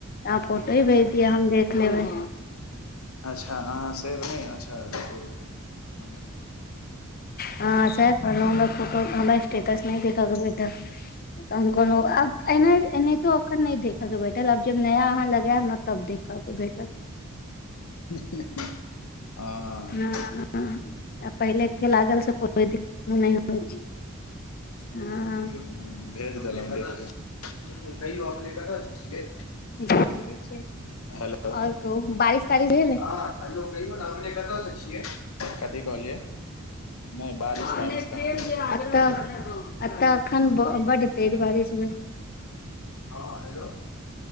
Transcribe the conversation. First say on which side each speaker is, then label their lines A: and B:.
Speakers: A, on the left (about 40°); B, on the left (about 75°).
A: अहां फोटो ही भेज दिय हम देख लेबै।
B: अच्छा हाँ हाॅं सेव नहि अच्छा रूकु रूकु हमे
A: हां सेव करलुं हमरा फोटो हमरा स्टेटस नहि देख के भेटल। तऽ हम कहलहुँ आब एना एनाहितो अखन नहि देखे के भेटल आब जब नया अहाँ लगायब ने तब देख क के भेटत।
B: ही ही ही ओ
A: हं आ पहिले के लागल से कोइ दिक्कत नहि होइ छै। हँ
B: हूं भेज देलौं देखियौ। कहियो अपने कतऽ स छियै?
A: देख लै छियै
B: हेलो
A: आओर कहू बारिश तारिश भेल
B: हँ
A: ए
B: हेलो कहियौ ने अपने कत स छियै कथी कहलियै। नहि बारिश
A: हं
B: तारिश
A: नै
B: कहाँ
A: प्रेम
B: भऽ
A: जे
B: रहल
A: आग्रह
B: छै
A: <unintelligible> अत अतऽ अखन बड तेज बारिश भेल।
B: हँ हेलो